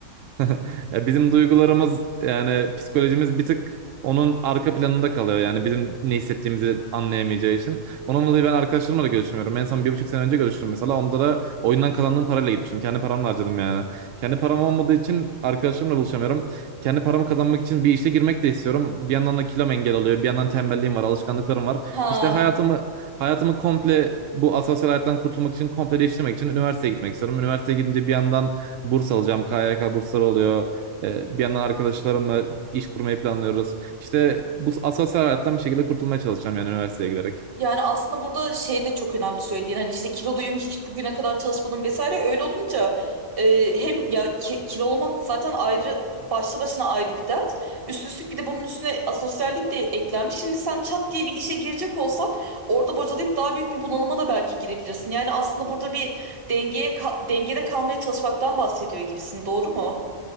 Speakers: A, on the right; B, on the right.
A: <laughs> Ya bizim duygularımız yani psikolojimiz bir tık onun arka planında kalıyor. Yani bizim ne hissettiğimizi anlayamayacağı için. Ondan dolayı ben arkadaşlarımla da görüşmüyorum. En son bir buçuk sene önce görüştüm mesela. Onda da oyundan kazandığım parayla gitmiştim. Kendi paramla harcadım yani. Kendi param olmadığı için arkadaşlarımla buluşamıyorum. Kendi paramı kazanmak için bir işe girmek de istiyorum. Bir yandan da kilom engel oluyor. Bir yandan tembelliğim var, alışkanlıklarım var.
B: Ha
A: İşte hayatımı hayatımı komple bu asosyal hayattan kurtulmak için, komple değiştirmek için üniversiteye gitmek istiyorum. Üniversiteye gidince bir yandan burs alacağım. KYK bursları oluyor. E, bir yandan arkadaşlarımla iş kurmayı planlıyoruz. İşte bu asosyal hayattan bir şekilde kurtulmaya çalışacağım yani üniversiteye giderek.
B: Yani aslında burada şey de çok önemli söylediğin hani işte kiloluyum hiç bugüne kadar çalışmadım vesaire öyle olunca e, hem ya ki, kilo olmak zaten ayrı başlı başına ayrı bir dert. Üst üstlük bir de bunun üstüne asosyallik de eklenmiş. Şimdi sen çat diye bir işe girecek olsan orada bocalayıp daha büyük bir bunalıma da belki girebilirsin. Yani aslında burada bir dengeye ka- dengede kalmaya çalışmaktan bahsediyor gibisin doğru mu?